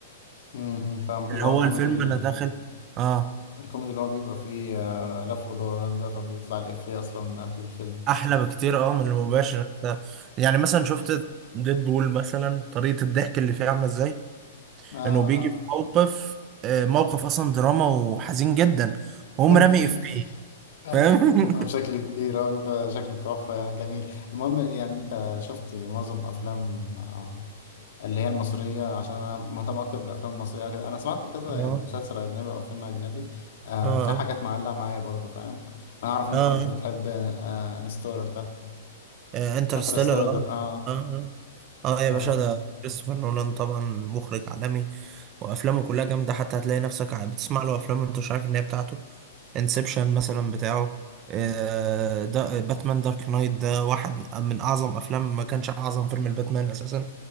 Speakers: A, on the left; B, on the right.
A: امم فاهمك
B: اللي
A: اللي هو
B: هو
A: الكوميدي
B: الفيلم
A: ال-
B: أنا داخل آه
A: الكوميدي اللي هو بيبقى فيه آه، لف ودوران ده فبيطلع الإفيه اصلا من قلب الفيلم
B: أحلى بكتير أه من المباشر أنت- يعني مثلا شفت ديد بول مثلا طريقة الضحك اللي فيه عاملة إزاي
A: اه
B: إنه بيجي
A: اه
B: في موقف آه، موقف أصلا دراما وحزين جدا وهم
A: <laughs>
B: رامي إفيه
A: ايوه
B: فاهم
A: هو بشكل كبير هو بيبقى شكله تحفة يعني جميل المهم يعني انت شفت معظم افلام آه، اللي هي المصرية عشان أنا مهتم أكتر بالأفلام المصرية كده أنا سمعت كذا
B: <laughs>
A: يعني
B: آه
A: مسلسل أجنبي أو فيلم أجنبي آه
B: آه
A: في حاجات معلقة معايا برضو فاهم أنا أعرف إن
B: آه
A: أنت كنت بتحب آه انستولر ده
B: انترستيلر
A: انترستولر
B: آه Interstellar،
A: آه
B: آه آه. اه يا
A: آه
B: باشا ده كريستوفر نولان طبعا مخرج عالمي وافلامه كلها جامده حتى هتلاقي نفسك ع- بتسمع له افلام انت مش عارف ان هي بتاعته انسبشن مثلا بتاعه آه، ده باتمان دارك نايت ده واحد من اعظم افلام ما كانش اعظم فيلم الباتمان اساسا